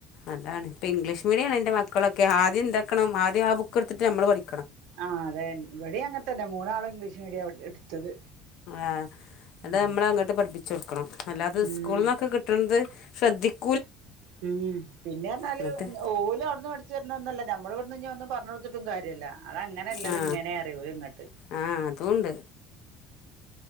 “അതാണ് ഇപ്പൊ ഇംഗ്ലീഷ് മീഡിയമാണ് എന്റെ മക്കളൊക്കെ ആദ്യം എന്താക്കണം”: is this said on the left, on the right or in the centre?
Left